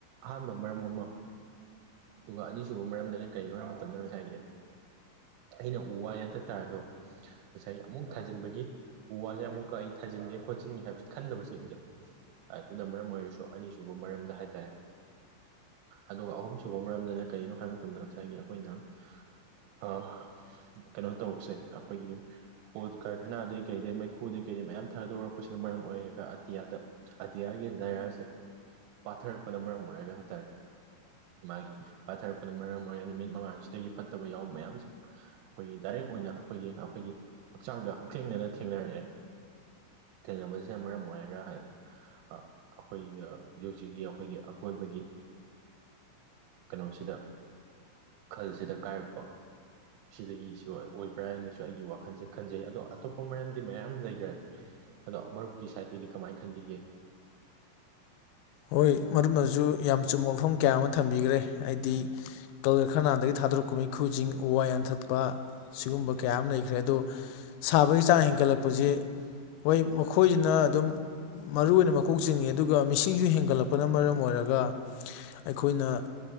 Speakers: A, on the right (about 85°); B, on the left (about 85°).
A: ꯑꯍꯥꯟꯕ ꯃꯔꯝ ꯑꯃ ꯑꯗꯨꯒ ꯑꯅꯤꯁꯨꯕ ꯃꯔꯝꯗꯅ ꯀꯔꯤꯅꯣ ꯍꯥꯏꯕ ꯃꯇꯝꯗ ꯉꯁꯥꯏꯒꯤ ꯑꯩꯅ ꯎ ꯋꯥ ꯌꯥꯟꯊꯠ ꯇꯥꯔꯁꯨ ꯉꯁꯥꯏꯒꯤ ꯑꯃꯨꯛ ꯊꯥꯖꯤꯟꯕꯒꯤ ꯎ ꯋꯥꯁꯦ ꯑꯃꯨꯛꯀ ꯑꯩ ꯊꯥꯖꯤꯟꯒꯦ ꯈꯣꯠꯆꯤꯟꯒꯦ ꯍꯥꯏꯕꯁꯦ ꯈꯟꯗꯕꯁꯤꯡꯁꯦ ꯑꯗꯨꯅ ꯃꯔꯝ ꯑꯣꯏꯔꯁꯨ ꯑꯅꯤꯁꯨꯕ ꯃꯔꯝꯗ ꯍꯥꯏ ꯇꯥꯔꯦ ꯑꯗꯨꯒ ꯑꯍꯨꯝ ꯁꯨꯕ ꯃꯔꯝꯗꯅ ꯀꯔꯤꯅꯣ ꯍꯥꯏꯕ ꯃꯇꯝꯗ ꯉꯁꯥꯏꯒꯤ ꯑꯩꯈꯣꯏꯅ ꯍ ꯀꯩꯅꯣ ꯇꯧꯕꯁꯦ ꯑꯩꯈꯣꯏꯒꯤ ꯀꯣꯜ ꯀꯔꯈꯅꯥꯗꯩ ꯀꯩꯗꯩ ꯃꯩꯈꯨꯗꯩ ꯀꯩꯗꯩ ꯃꯌꯥꯝ ꯊꯥꯒꯗꯣꯔꯛꯄꯁꯤꯅ ꯃꯔꯝ ꯑꯣꯏꯔꯒ ꯑꯇꯤꯌꯥꯗ ꯑꯇꯤꯌꯥꯒꯤ ꯂꯥꯏꯌꯥꯔꯁꯦ ꯄꯥꯊꯔꯛꯄꯅ ꯃꯔꯝ ꯑꯣꯏꯔꯒ ꯍꯥꯏꯇꯥꯔꯦ ꯃꯥꯒꯤ ꯄꯥꯊꯔꯛꯄꯅ ꯃꯔꯝ ꯑꯣꯏꯔꯒ ꯅꯨꯃꯤꯠ ꯃꯉꯥꯜꯁꯤꯗꯒꯤ ꯐꯠꯇꯕ ꯌꯥꯎꯕ ꯃꯌꯥꯝꯁ‌ꯦ ꯑꯩꯈꯣꯏꯒꯤ ꯗꯥꯏꯔꯦꯛ ꯑꯣꯏꯅ ꯑꯩꯈꯣꯏꯒꯤ ꯑꯩꯈꯣꯏꯒꯤ ꯍꯛꯆꯥꯡꯗ ꯍꯛꯊꯦꯡꯅꯅ ꯊꯦꯡꯅꯔꯛꯑꯦ ꯊꯦꯡꯅꯕꯁꯤꯅ ꯃꯔꯝ ꯑꯣꯏꯔꯒ ꯑꯩꯈꯣꯏꯒꯤ ꯍꯧꯖꯤꯛ ꯍꯧꯖꯤꯛꯀꯤ ꯑꯩꯈꯣꯏꯒꯤ ꯑꯀꯣꯏꯕꯒꯤ ꯀꯩꯅꯣꯁꯤꯗ ꯈꯜꯁꯤꯗ ꯀꯥꯏꯔꯛꯄ ꯁꯤꯗꯒꯤꯁꯨ ꯑꯣꯏꯕ꯭ꯔ ꯍꯥꯏꯅꯁꯨ ꯑꯩꯒꯤ ꯋꯥꯈꯜꯁꯦ ꯈꯟꯖꯩ ꯑꯗꯣ ꯑꯇꯣꯞꯄ ꯃꯔꯝꯗꯤ ꯃꯌꯥꯝ ꯂꯩꯈ꯭ꯔꯦ ꯑꯗꯣ ꯃꯔꯨꯞꯀꯤ ꯁꯥꯏꯠꯇꯒꯤꯗꯤ ꯀꯃꯥꯏꯅ ꯈꯟꯕꯤꯒꯦ
B: ꯍꯣꯏ ꯃꯔꯨꯞꯅꯁꯨ ꯌꯥꯝ ꯆꯨꯝꯕ ꯋꯥꯐꯝ ꯀꯌꯥ ꯑꯃ ꯊꯝꯕꯤꯈ꯭ꯔꯦ ꯍꯥꯏꯗꯤ ꯀꯜ ꯀꯔꯈꯥꯅꯗꯒꯤ ꯊꯥꯗꯣꯔꯛꯄ ꯃꯩꯈꯨꯁꯤꯡ ꯎ ꯋꯥ ꯌꯥꯟꯊꯠꯄ ꯁꯤꯒꯨꯝꯕ ꯀꯌꯥ ꯑꯃ ꯂꯩꯈ꯭ꯔꯦ ꯑꯗꯣ ꯁꯥꯕꯒꯤ ꯆꯥꯡ ꯍꯦꯟꯒꯠꯂꯛꯄꯁꯦ ꯍꯣꯏ ꯃꯈꯣꯏꯁꯤꯅ ꯑꯗꯨꯝ ꯃꯔꯨ ꯑꯣꯏꯅ ꯃꯀꯣꯛ ꯆꯤꯡꯉꯤ ꯑꯗꯨꯒ ꯃꯤꯁꯤꯡꯁꯨ ꯍ ꯍꯦꯟꯒꯠꯂꯛꯄꯅ ꯃꯔꯝ ꯑꯣꯏꯔꯒ ꯑꯩꯈꯣꯏꯅ